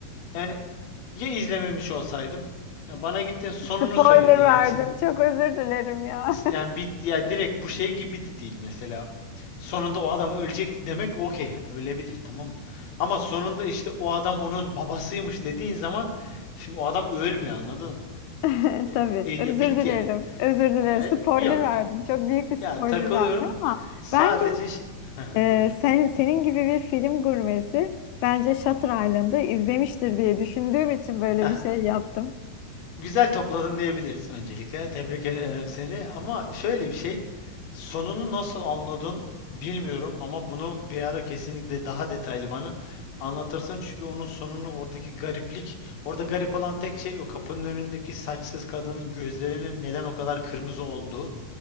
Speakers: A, on the left; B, on the left.
A: Yani ya izlememiş olsaydım. Ya bana gittin sonunu
B: Spoiler
A: söyledin
B: verdim.
A: yani şimdi
B: Çok özür dilerim ya.
A: yani bitti ya direkt bu şey gibi de değil mesela. Sonunda o adam ölecek demek okey yani ölebilir tamam mı? Ama sonunda işte o adam onun babasıymış dediğin zaman şimdi o adam ölmüyor anladın mı?
B: <laughs>
A: E,
B: Tabii.
A: e, ya
B: Özür
A: bitti
B: dilerim.
A: yani.
B: Özür dilerim.
A: E,
B: Spoiler
A: yok
B: verdim.
A: yok.
B: Çok büyük bir spoiler
A: Ya takılıyorum.
B: verdim ama
A: Sadece
B: bence
A: şey... Heh,
B: e,
A: buyur.
B: sen, senin gibi bir film gurmesi bence Shutter Island'ı izlemiştir diye düşündüğüm için böyle
A: Heh.
B: bir şey yaptım.
A: Güzel topladın diyebiliriz öncelikle. Tebrik ederim seni. Ama şöyle bir şey, sonunu nasıl anladın bilmiyorum ama bunu bir ara kesinlikle daha detaylı bana anlatırsın. Çünkü onun sonunu oradaki gariplik, orada garip olan tek şey o kapının önündeki saçsız kadının gözlerinin neden o kadar kırmızı olduğu.